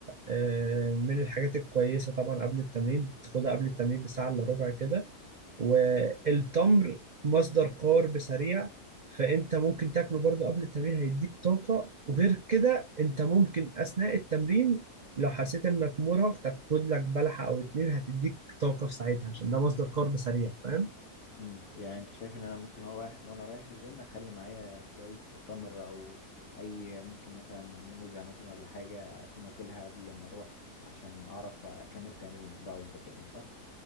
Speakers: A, on the right; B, on the left.
A: آه، من الحاجات الكويسة طبعا قبل التمرين تاخدها قبل التمرين بساعة إلا ربع كده والتمر
B: مم.
A: مصدر كارب سريع فأنت ممكن تاكله برضه قبل التمرين هيديك طاقة وغير كده أنت ممكن أثناء التمرين لو حسيت إنك مرهق تاخد لك بلحة أو اتنين هتديك طاقة في ساعتها عشان ده مصدر كارب سريع فاهم؟
B: مم. يعني انت شايف ان انا ممكن وانا رايح وانا رايح الجيم اخلي معايا شوية تمر او اي ممكن مثلا موزة مثلا ولا حاجة اكون واكلها قبل ما اروح عشان اعرف اكمل تمريني ده قصدك يعني صح؟